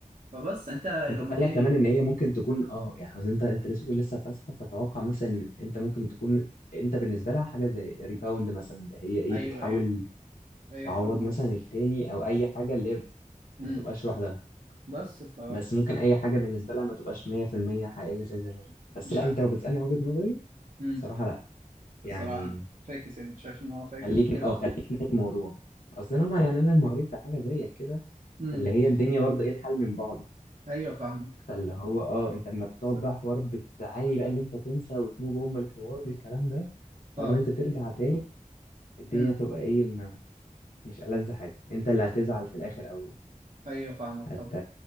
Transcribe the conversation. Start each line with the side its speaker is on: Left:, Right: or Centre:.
Right: فبس انت لو
Left: انت طالع
Right: مكاني
Left: كمان ان هي ممكن تكون اه يعني عايز انت انت لسه بتقول لسه فاسخه فتوقع مثلا ان انت ممكن تكون انت بالنسبه لها حاجه زي ريباوند مثلا اللي هي ايه
Right: ايوه
Left: بتحاول
Right: ايوه ايوه
Left: تعوض
Right: فاهم
Left: مثلا
Right: قصدي
Left: التاني او اي حاجه اللي هي
Right: امم
Left: ما تبقاش لوحدها
Right: بس ف
Left: بس ممكن اي حاجه بالنسبه لها ما تبقاش 100% حقيقيه زي زمان بس
Right: مش
Left: لا
Right: عارف
Left: انت لو بتسالني وجهه نظري
Right: امم
Left: صراحه لا يعني
Right: الصراحه يعني فاكس يعني شايف ان هو فاكس
Left: خليك
Right: وكده
Left: اه خليك نايم الموضوع اصل انا ما يعني انا مريت بحاجه زيك كده
Right: امم
Left: اللي هي الدنيا برضه ايه الحل من بعض
Right: ايوه فاهمك
Left: فاللي هو اه انت لما بتقعد
Right: س-
Left: بقى حوار بتعاني بقى ان انت تنسى وتموف اون من الحوار والكلام ده
Right: اه
Left: حوار ان انت ترجع تاني الدنيا
Right: امم
Left: تبقى ايه ما مش ألذ حاجة انت اللي هتزعل في الاخر او
Right: ايوه فاهمك طب
Left: هت